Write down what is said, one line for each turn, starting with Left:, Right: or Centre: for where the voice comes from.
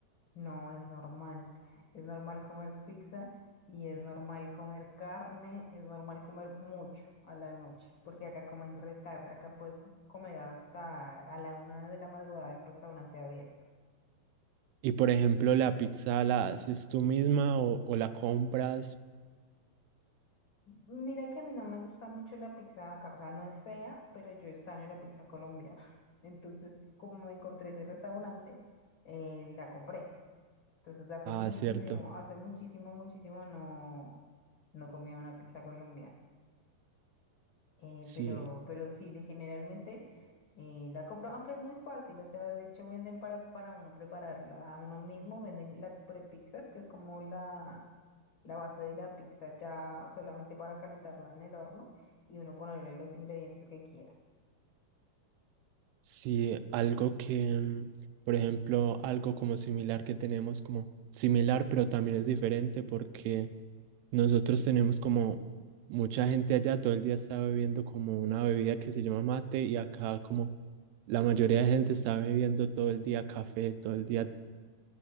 Left: no, es normal, es normal comer pizza y es normal comer carne, es normal comer mucho a la noche, porque acá comen re tarde, acá puedes comer hasta a la una de la madrugada en un restaurante abierto.
Right: Y por ejemplo, la pizza la haces tú misma o, o la compras.
Left: Mira que a mí no me gusta mucho la pizza acá, o sea, no es fea, pero yo extraño la pizza colombiana. <laughs> Entonces, como me encontré ese restaurante, eh, la compré. Entonces, de hace
Right: Ah,
Left: muchísimo,
Right: cierto.
Left: hace muchísimo, muchísimo no, no comía una pizza colombiana. Eh,
Right: Sí,
Left: pero, pero sí, de- generalmente eh, la compro, aunque es muy fácil, o sea, de hecho venden para, para uno prepararla a uno mismo, venden las prepizzas, que es como la, la base de la pizza ya solamente para calentarla en el horno y uno ponerle los ingredientes que quiera.
Right: sí, algo que, mm, por ejemplo, algo como similar que tenemos como similar, pero también es diferente porque Nosotros tenemos como mucha gente allá, todo el día está bebiendo como una bebida que se llama mate y acá como la mayoría de gente está bebiendo todo el día café, todo el día.